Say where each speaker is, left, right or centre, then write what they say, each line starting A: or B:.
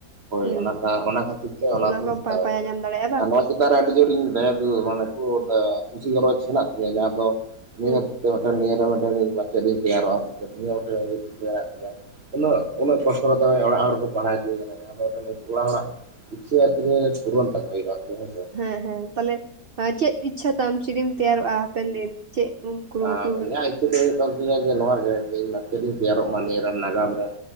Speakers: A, on the right (about 45°); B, on the right (about 65°).
A: ᱦᱳᱭ
B: ᱦᱩᱸ
A: ᱚᱱᱟ ᱠᱷᱟ ᱚᱱᱟ ᱠᱷᱟᱹᱛᱤᱨ ᱛᱮ ᱚᱱᱟ ᱫᱩᱧ
B: ᱠᱚᱢ
A: ᱦᱟᱛᱟᱣ
B: ᱯᱟᱸᱡᱟ
A: ᱠᱟᱫᱟ,
B: ᱧᱟᱢ ᱫᱟᱲᱮᱭᱟᱜᱼᱟ ᱵᱟᱝ
A: <unintelligible> ᱛᱟ ᱨᱮ ᱟᱹᱰᱤ ᱡᱳᱨᱤᱧ ᱫᱟᱭᱟ ᱫᱩᱞᱟᱸᱲ ᱢᱟᱱᱮ <unintelligible> ᱠᱩᱥᱤ ᱜᱚᱨᱚᱡᱽ ᱦᱮᱱᱟᱜ ᱛᱤᱧᱟᱹ ᱡᱟᱦᱟᱸ ᱫᱚ <unintelligible>
B: ᱦᱩᱸ
A: ᱠᱟᱹ ᱢᱮᱫᱴᱮᱱ ᱱᱤᱭᱟᱹ ᱨᱮ ᱢᱤᱫᱴᱮᱱ ᱢᱟᱪᱮᱛ ᱤᱧ ᱛᱳᱭᱟᱨᱚᱜ-ᱟ <unintelligible> ᱩᱱᱟᱹᱜ ᱩᱱᱟᱹᱜ ᱠᱚᱥᱴᱚ ᱠᱟᱛᱮᱫ ᱦᱚᱸᱜᱚᱭ ᱚᱲᱟᱜ ᱦᱚᱲ ᱠᱚ ᱯᱟᱲᱦᱟᱣ ᱦᱚᱪᱚᱧ ᱠᱟᱱᱟ, ᱡᱟᱦᱟᱸ ᱫᱚ <unintelligible> ᱚᱲᱟᱜ ᱦᱚᱲᱟᱜ ᱤᱪᱪᱷᱟᱹ <unintelligible> ᱯᱩᱨᱚᱱ ᱛᱟᱠᱚ ᱦᱳᱭᱳᱜ-ᱟ ᱟᱨᱠᱤ ᱦᱮᱸᱥᱮ᱾
B: ᱦᱮᱸ ᱦᱮᱸ ᱛᱟᱞᱦᱮ ᱪᱮᱫ ᱤᱪᱪᱷᱟᱹ ᱛᱟᱢ ᱪᱤᱞᱤᱢ ᱛᱮᱭᱟᱨᱚᱜ-ᱟ ᱦᱟᱯᱮᱱ ᱫᱤᱱ ᱪᱮᱫ ᱠᱩᱨᱩᱢᱩᱴᱩ
A: ᱟᱸ
B: ᱟᱠᱟᱫᱟ
A: ᱤᱧᱟᱜ ᱤᱪᱪᱷᱟᱹ ᱫᱚ ᱦᱩᱭᱩᱜ ᱠᱟᱱ ᱛᱤᱧᱟᱹ ᱡᱮ ᱱᱚᱣᱟ ᱜᱮ ᱡᱮ ᱤᱧ ᱢᱟᱪᱮᱛ ᱤᱧ ᱛᱮᱭᱟᱨᱚᱜ ᱢᱟ ᱱᱤᱭᱟᱹ ᱨᱮᱱ ᱱᱟᱜᱟᱢ ᱨᱮᱱ᱾